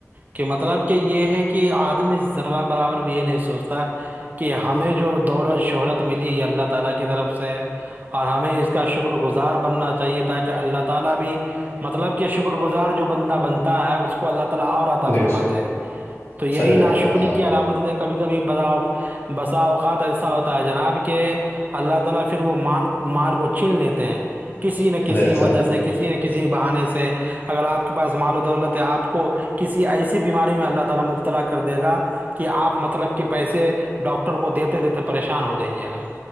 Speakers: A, on the right; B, on the left.
A: کہ مطلب کہ یہ ہے کہ آدمی ذرہ برابر یہ نہیں سوچتا کہ ہمیں جو دول اور شہرت ملی ہے اللہ تعالا کی طرف سے اور ہمیں اس کا شکر گزار بننا چاہیے تاکہ اللہ تعالا بھی مطلب کہ شکر گزار جو بندہ بنتا ہے اس کو اللہ تعالا اور
B: ہے
A: آ
B: دیکھ
A: فرماتے
B: سو
A: ہیں تو یہی
B: صحیح فرمایا
A: ناشکری
B: جناب
A: کی علامت
B: آپ
A: کبھی کبھی براؤ بسا اوقات ایسا ہوتا ہے جناب کہ اللہ تعالی پھر وہ مار مار کو چن لیتے ہیں کسی نہ کسی
B: بے
A: وجہ
B: شک
A: سے کسی نہ کسی بہانے سے اگر آپ کے پاس مال و دولت ہے آپ کو کسی ایسی بیماری میں اللہ تعالی مبتلا کر دے گا کہ آپ مطلب کہ پیسے ڈاکٹر کو دیتے دیتے پریشان ہو جائیے گا